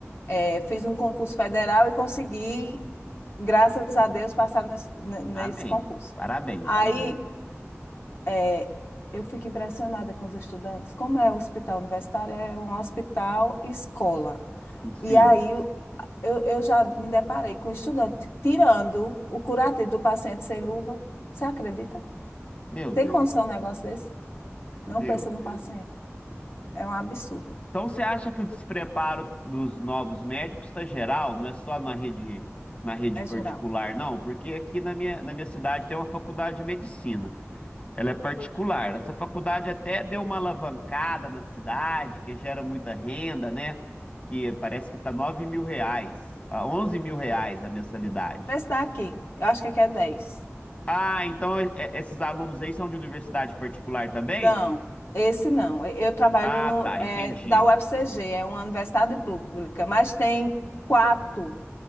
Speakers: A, on the left (about 60°); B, on the left (about 25°).
A: Eh, fiz um concurso federal e consegui, graças a Deus, passar nesse, ne- nesse
B: amém.
A: concurso.
B: Parabéns,
A: Aí
B: amém.
A: É, eu fico impressionada com os estudantes. Como é o hospital universitário? É um hospital escola.
B: Sim.
A: E aí eu, eu já me deparei com um estudante tirando o curativo do paciente sem luva. Você acredita?
B: Meu
A: Tem
B: Deus,
A: condição um negócio desse? Não
B: meu
A: pensa no
B: Deus.
A: paciente. É um absurdo.
B: Então você acha que o despreparo dos novos médicos está geral, não é só na rede, na rede
A: É
B: particular,
A: geral.
B: não? Porque aqui na minha, na minha cidade tem uma faculdade de medicina. Ela é particular. Essa faculdade até deu uma alavancada na cidade, que gera muita renda, né? Que parece que tá nove mil reais, ah, onze mil reais a mensalidade.
A: O preço daqui, eu acho que aqui é 10.
B: Ah, então é- é- esses alunos aí são de universidade particular também?
A: Não, esse não. Eu trabalho
B: Ah,
A: no,
B: tá, entendi.
A: é, da UFCG, é uma universidade pública, mas tem quatro